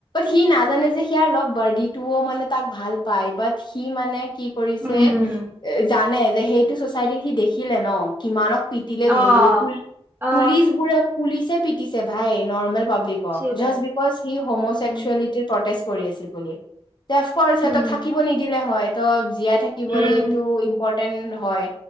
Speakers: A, on the left; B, on the right.
A: সি নাজানে যে সিয়াৰ লগ বাৰ্ডিটোও মানে তাক ভাল পায় বাট সি মানে। কি কৰিছে
B: উম
A: এ জানে যে সেইটো চচাইটিত সি দেখিলে ন কিমানক। পিটিলে
B: অ
A: ধৰি ধৰি
B: অ
A: পুলিচবোৰে পুলিচে পিতিছে ভাই নৰ্মেল। পাব্লিকক
B: চিবাই
A: জাষ্ট বিকজ সি হোম'চেক্সুৱেলিটিৰ
B: উম
A: প্ৰটেষ্ট কৰি আছিল বুলি। তে অফকৰ্চ সিহঁতক
B: উম
A: থাকিব নিদিলে হয়। ত জীয়াই থাকিবলে
B: উম
A: এইটো ইম্পৰ্টে হয়